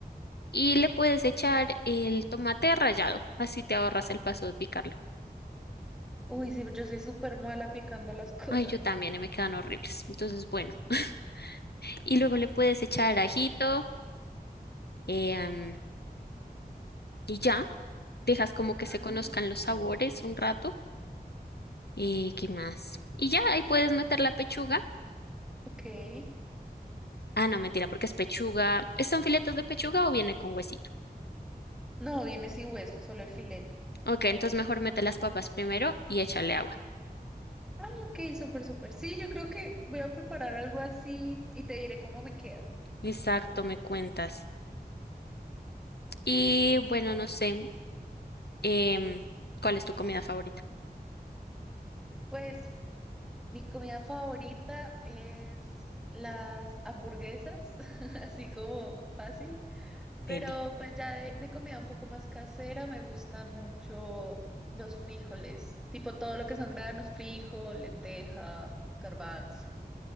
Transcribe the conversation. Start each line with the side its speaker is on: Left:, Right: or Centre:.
Left: Y le puedes echar el tomate rallado, así te ahorras el paso de picarlo.
Centre: Uy, sí, yo soy súper mala picando las <laughs> cosas.
Left: Ay, yo también, y me quedan horribles. Entonces, bueno. <laughs> Y luego le puedes echar ajito eh, am, y ya, dejas como que
Centre: Ah,
Left: se conozcan los sabores un rato. ¿Y qué más? Y ya, ahí puedes meter la pechuga.
Centre: ok.
Left: Ah, no, mentira, porque es pechuga. ¿Son filetes de pechuga o viene con huesito?
Centre: No, viene sin hueso, es solo el filete.
Left: Ok, entonces mejor mete las papas primero y échale agua.
Centre: Ah, ok, súper, súper. Sí, yo creo que voy a preparar algo así y te diré cómo me queda.
Left: Exacto, me cuentas. Y bueno, no sé, em, ¿cuál es tu comida favorita,
Centre: Pues mi comida favorita es las hamburguesas, <laughs> así como fácil. Pero
Left: Deli?
Centre: pues ya de, de comida un poco más casera me gustan mucho los frijoles, tipo todo lo que son granos, frijol, lenteja, garbanzo.